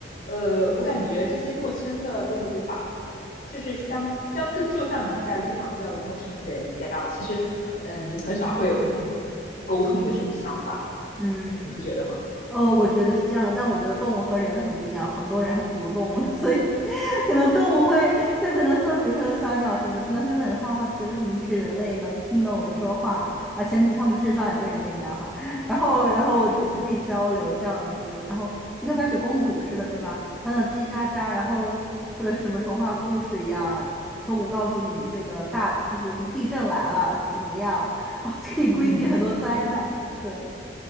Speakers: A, on the left; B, in the centre.
A: 呃，我感觉这些陌生的动物的话，就是像像跟就像你在路上遇到的陌生人一样，其实，呃，你很少会有跟他们沟通的这种想法，
B: 嗯。
A: 你不觉得吗？
B: 呃，
A: 嗯
B: 我觉得是这样的，但我觉得动物和人很不一样，很多人还不如动物，
A: 嗯，
B: 所以 <laughs> 可能动物会，就可能说，比如说小鸟什么的，真的就很好好奇为什么这个人类能听懂我说话啊，前提是他们智商也跟人类一样哈，<laughs> 然后然后就就可以交流这样子，
A: 嗯
B: 然后就跟白雪公主似的，对吧？讲讲叽叽喳喳，然后或者什么童话故事一样，动物告诉你这个大就是有什么地震来了，
A: 嗯
B: 怎么怎么样，<laughs> 然后就可以规避很多灾难，
A: 嗯，
B: 对，